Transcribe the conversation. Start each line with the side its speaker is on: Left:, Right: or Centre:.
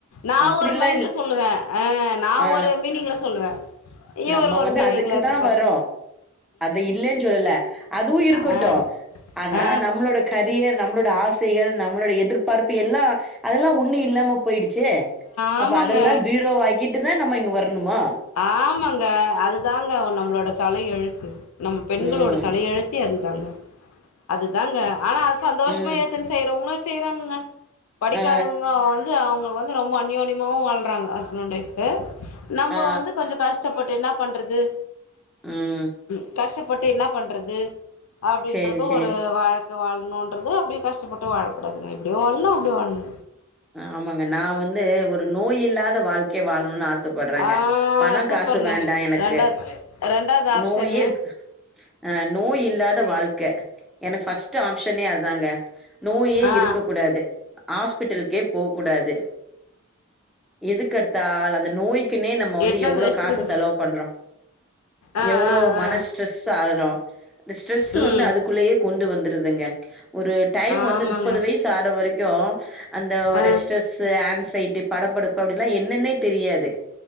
Left: நா
Centre: அப்டிலா
Left: ஒரு மைண்ட்ல
Centre: இல்
Left: சொல்லுவே அ நா
Centre: அ
Left: ஒரு மீனிங்ல சொல்லுவே இவரு
Centre: நம்ம
Left: ஒரு
Centre: வந்து
Left: மீனிங்ல
Centre: அதுக்கு
Left: எடுத்துப்பார்
Centre: தா வரோ அத இல்லேன்னு சொல்லல அதுவு இருக்கட்டு
Left: அ
Centre: ஆனா
Left: அ
Centre: நம்மள நம்ளோட கரியர் நம்ளோட ஆசைகள் நம்ளோட எதிர்பார்ப்பு எல்லா அதெல்லா ஒண்ணு இல்லாம போயிடுச்சே
Left: ஆமாங்க
Centre: அப்ப அதெல்லா ஜீரோவா ஆக்கிட்டு தா நம்ம இங்க வர்ணுமா
Left: ஆமாங்க அதுதாங்க நம்மளோட தலையெழுத்து நம்ம பெண்களோட
Centre: ம்
Left: தலையெழுத்தே அதுதாங்க அதுதாங்க ஆனா அது சந்தோஷமா
Centre: ம்
Left: ஏத்துன் செய்றவங்களு செய்றாங்கங்க படிக்காதவங்க
Centre: ஆ
Left: அன் து அவங்க வந்து ரொம்ப அந்நியோனியமாவும் வாழ்றாங்க ஹஸ்பண்ட் ஒயிப் நம்ப
Centre: ஆ
Left: வந் கொஞ்சோ கஷ்டப்பட்டு இன்னா பண்றது
Centre: ம்
Left: ம் கஷ்டப்பட்டு இன்னா பண்றது அப்படின்றது
Centre: சேரி சேரி
Left: ஒரு வாழ் க்க வாழணுன்றது அப்படியு கஷ்டப்பட்டு வாழக்கூடாதுங்க இப்டியும் வாழ்ணு அப்டியும் வாழ்ணு
Centre: ஆமாங்க நா வந்து ஒரு நோய் இல்லாத வாழ்க்கய வாழணும்னு ஆச ப்படுறேங்க
Left: ஆ
Centre: பணம்
Left: சூப்பருங்க
Centre: காசு வேண்டாம் எனக்கு
Left: ரெண்டாவது ரெண்டாவது ஆப்ஷன்னு
Centre: நோயே இருக் ஆ நோய் இல்லாத வாழ்க்க எனக்கு ஃபர்ஸ்ட்டு ஆப்ஷனே அதுதாங்க நோயே
Left: ஆ
Centre: இருக்க கூடாது ஆஸ்பிட்டல் கே போக்கூடாது எதுகெடுத்தால் அந்த நோய் க்கினே நம்ம வந்து
Left: எட்நாள்
Centre: எவ்ளோ
Left: வெஸ்ட்டுக்குது
Centre: காசு செலவு பண்றோ
Left: ஆ
Centre: எவ்ளோ
Left: ஆ
Centre: மன
Left: ஆ
Centre: ஸ்ட்ரெஸ் ஆகுறோ இந்த ஸ்ட்ரெஸ்
Left: ம்
Centre: வந்து அதுக்குள்ளேயே கொண்டு வந்துருதுங்க ஒரு டைம்
Left: ஆமாங்க
Centre: வந்து முப்பது வயசு ஆற வரைக்கு அந்த ஒரு
Left: ஆ
Centre: ஸ்டெ ட்ரஸ்ஸு ஆன்சைட்டி படபடப்பு அப்படின்னா என்னன்னே தெரியாது